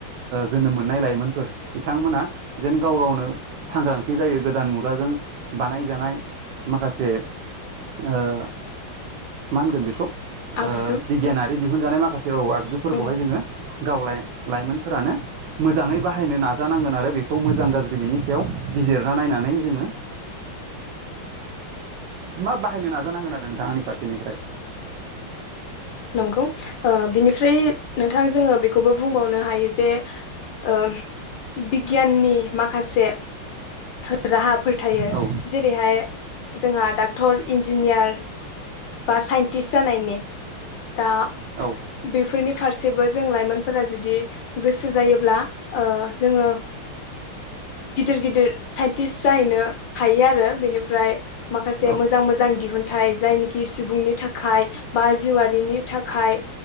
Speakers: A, on the right; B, on the left.
A: जोनोम मोननाय लाइमोनफोर बिथांमोना जेन गाव गावनो सांग्रांथि जायो गोद गोदान मुगाजों बानायजानाय माखासे मा होनगोन बेखौ
B: आगजु
A: बिगियानारि दिहुनजानाय माखासे औ आगजुफोरखौहाय
B: औ
A: जोङो गावलाय लाइमोनफोरानो मोजाङै बाहायनो नाजानांगोन आरो बेखौ मोजां गाज्रि बिनि सायाव बिजिरना नायनानै जोङो मा बाहायनो नाजानांगोन आरो नोंथां आंनि फारसेनिफ्राय
B: नंगौ बिनिफ्राय नोंथाङा जोङो बे बे खौबो बुंबावनो हायो जे ओ बिगियाननि माखासे माखासे राहाफोर थायो
A: औ
B: जेरैहाय जोंहा डक्टर इन्जिनियार बा साइन्टिस्ट जानायनि दा
A: औ
B: बेफोरनि फारसेबो जों लाइमोन फोर जुदि गोसो जायोब्ला जोङो गिदिर गिदिर साइन्टिस्ट जाहैनो हायो आरो बेनिफ्राय माखासे
A: औ
B: मोजां मोजां दिहुनथाइ जायनोखि सुबुंनि थाखाय बा जिउआरारिनि थाखाय